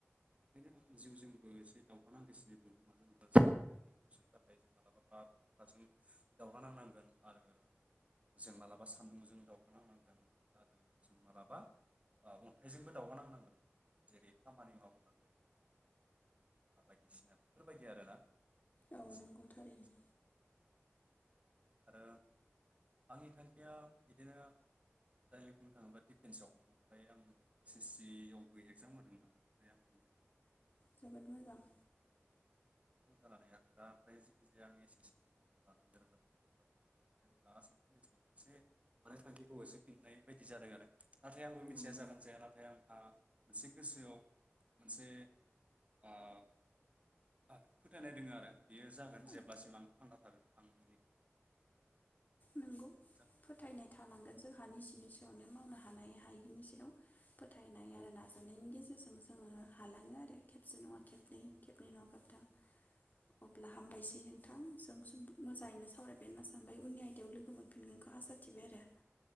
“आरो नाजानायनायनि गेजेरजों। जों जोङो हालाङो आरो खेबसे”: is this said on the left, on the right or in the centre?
Left